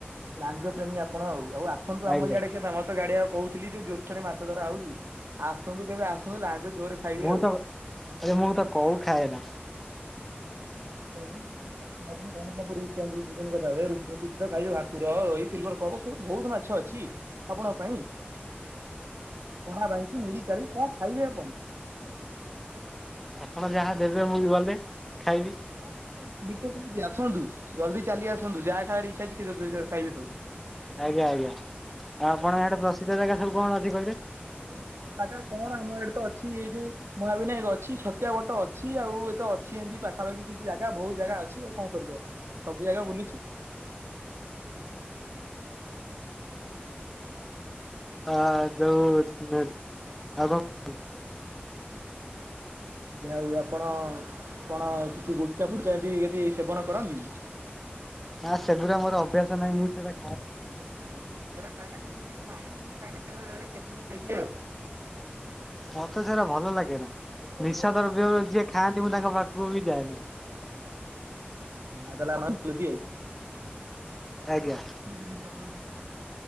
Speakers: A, on the right; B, in the centre.
A: ଲାଞ୍ଜ ପ୍ରେମୀ ଆପଣ ଆଉ ଆଉ ଆସନ୍ତୁ ଆମ
B: ଆଜ୍ଞା।
A: ଇଆଡେ କେବେ ଆମର ତ ଗାଡିଆ କହୁଥିଲି ଯେ ଯୋଉ ଛରେ ମାଛ ଧରା ହଉଛି ଆସନ୍ତୁ କେବେ ଆସନ୍ତୁ ଲାଞ୍ଜ ଜୋରରେ ଖାଇବେ
B: ମୁଁ
A: ଆଉ
B: ତ ଆରେ ମୁଁ ତ କଉ ଖାଏ ନା।
A: <inaudible> ଖାଇବେ ଭାକୁର ରୋହି ସିଲଭର ସବୁ। ବହୁତ ମାଛ ଅଛି ଆପଣଙ୍କ ପାଇଁ। କଳା ବାଇଁଷି ମିରିକାଳି କଣ ଖାଇବେ ଆପଣ?
B: ଆପଣ ଯାହା ଦେବେ ମୁଁ ଗଲେ। ଖାଇବି
A: ଯାହା ଏ ଦିତେ କଛି ଆସନ୍ତୁ ଜଲଦି ଚାଲି ଆସନ୍ତୁ ଯାହା ଖାଇବାର ଇଚ୍ଛା ଅଛି ଯଦି ଖାଇବେ ସବୁ।
B: ଆଜ୍ଞା ଆଜ୍ଞା ଆଉ ଆପଣ ଏଠେ ପ୍ରସିଦ୍ଧ ଜାଗା ସବୁ କଣ ଅଛି କହିବେ?
A: ଉ ଅ ଜାଗା କଣ ଆମ ଏଡେ ତ ଅଛି ଏଇ ଯୋଉ ମହାବିନାୟକ ଅଛି ଛତିଆ ବଟ ଅଛି ଆଉ। ତ ଅଛି ଏମତି ପାଖାପାଖି କିଛି ଜାଗା ବହୁତ ଜାଗା ଅଛି ଆଉ। କଣ କରିବେ ସବୁ ଜାଗା ବୁଲିଛି।
B: ହ ଯଉ ଆଗ
A: ଯା ହୋଉ ଆଉ ଆପଣ କଣ କିଛି ଗୁଟକା ଫୁଟୁକା ଏଠି ଏଠି ସେବନ କରନ୍ତି?
B: ନା ସେଗୁଡା ଆମର ଅଭ୍ୟାସ ନାହିଁ ମୁଁ ସେରା
A: ଆଛା ମୁଁ ବି ସେରା ଖାଏନି ନାଇଁ ଏରା ମୁଁ ଖାଏନି କିଏ ଦେଇଦେଲେ ଖାଇଦିଏ।
B: ମତେ ସେଟା ଭଲ ଲାଗେ ନା ନିଶା
A: ଆଜ୍ଞା
B: ଦ୍ରବ୍ୟ ଯିଏ ଖାଆନ୍ତି ମୁଁ ତାଙ୍କ ପାଖକୁ କୁ ଯାଏନା।
A: ଆଉ ତାହେଲେ ଆପଣ <inaudible> <inaudible>
B: ଆଜ୍ଞା।
A: ବିରୋଧ ଆଉ